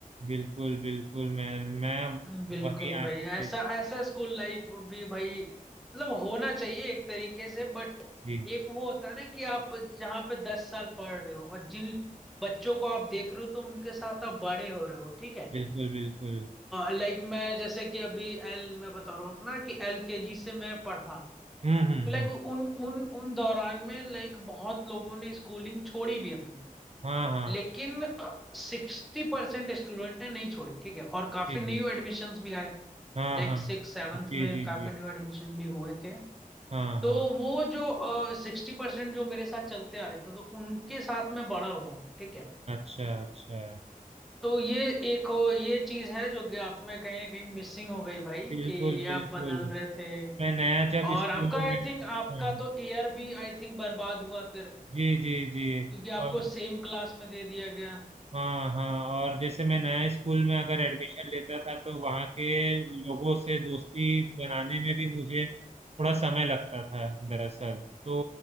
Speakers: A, on the right; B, in the centre.
A: बिल्कुल बिल्कुल मैं मैं
B: हम्म, बिल्कुल
A: वही
B: भाई
A: आपसे
B: ऐसा ऐसा स्कूल लाइफ भी भाई मतलब होना चाहिए एक तरीके से बट
A: जी
B: एक वो होता है ना कि आप जहाँ पे दस साल पढ़ रहे हो और जिन बच्चों को आप देख रहे हो तो उनके साथ आप बड़े हो रहे हो ठीक है
A: बिल्कुल बिल्कुल
B: लाइक मैं जैसे कि अभी एल मैं बता रहा हूँ अपना कि एल के जी से मैं पढ़ा
A: हम्म हम्म
B: लाइक
A: हम्म
B: उन उन उन दौरान में लाइक बहुत लोगों ने स्कूलिंग छोड़ी भी अपनी
A: हाँ हाँ
B: लेकिन सिक्सटी परसेंट स्टूडेंट ने नहीं छोड़ी ठीक है और काफी
A: जी
B: न्यू
A: जी
B: एडमिशन्स भी आए
A: हाँ
B: लाइक
A: हाँ
B: सिक्स सेवन्थ
A: जी
B: में
A: जी
B: काफी
A: जी
B: न्यू एडमिशन भी हुए थे
A: हाँ
B: तो
A: हाँ
B: वो जो सिक्सटी uh, परसेंट जो मेरे साथ चलते आ रहे थे तो उनके साथ मैं बड़ा हुआ हूँ ठीक है
A: अच्छा अच्छा
B: तो ये एक हो ये चीज है जो कि आप में कहीं ना कहीं मिसिंग हो गई भाई
A: बिल्कुल
B: कि
A: बिल्कुल
B: आप बदल रहे थे
A: मैं नया जब
B: और
A: स्कूल
B: आपका आई
A: में
B: थिंक
A: हाँ,
B: आपका तो ईयर भी आई थिंक बर्बाद हुआ फिर
A: जी जी जी
B: क्योंकि आपको
A: और
B: सेम क्लास में दे दिया गया
A: हाँ हाँ और जैसे मैं नया स्कूल में अगर एडमिशन लेता था तो वहाँ के लोगों से दोस्ती बनाने में भी मुझे थोड़ा समय लगता था दरअसल तो